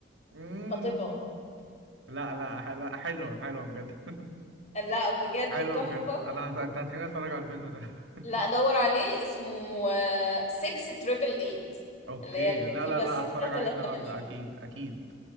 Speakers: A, on the right; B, on the left.
A: مم.
B: خطيبها
A: لا لا ح- لا حلوة حلوة بجد
B: لا بجد
A: <laughs> حلوة
B: تحفه
A: بجد انا هت... انت هتخليني اتفرج على الفيلم ده <laughs>
B: لا دور عليه اسمه 6 تريبل 8
A: اوكي
B: اللي هي الكتيبه
A: لا لا لا
B: 6
A: هتفرج عليه
B: 3
A: النهاردة اكيد اكيد